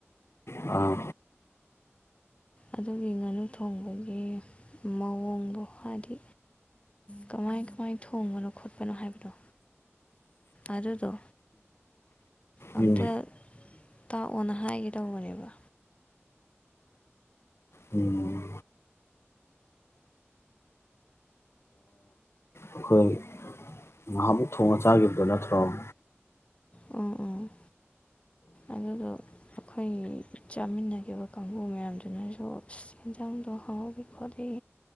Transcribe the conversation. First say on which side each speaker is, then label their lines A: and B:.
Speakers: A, on the left; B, on the left.
A: ꯑꯥ
B: ꯑꯗꯨꯒꯤ ꯉꯥꯅꯨ ꯊꯣꯡꯕꯒꯤ ꯃꯑꯣꯡꯗꯣ ꯍꯥꯏꯗꯤ ꯀꯃꯥꯏ ꯀꯃꯥꯏ ꯊꯣꯡꯕꯅꯣ ꯈꯣꯠꯄꯅꯣ ꯍꯥꯏꯕꯗꯣ ꯑꯗꯨꯗꯣ ꯑꯝꯇ
A: ꯎꯝ
B: ꯇꯥꯛꯑꯣꯅ ꯍꯥꯏꯒꯦ ꯇꯧꯕꯅꯦꯕ
A: ꯎꯝ ꯑꯈꯣꯏ ꯉꯍꯥꯛꯃꯨꯛ ꯊꯣꯡꯉ ꯆꯥꯒꯤꯕꯗꯨ ꯅꯠꯇ꯭ꯔꫭ
B: ꯎꯞ ꯎꯝ ꯑꯗꯨꯗꯣ ꯑꯩꯈꯣꯏ ꯆꯥꯃꯤꯟꯅꯒꯤꯕ ꯀꯥꯡꯕꯨ ꯃꯌꯥꯝꯗꯨꯅꯖꯨ ꯁ ꯑꯦꯟꯖꯥꯡꯗꯣ ꯍꯥꯎꯏ ꯈꯣꯠꯂꯤ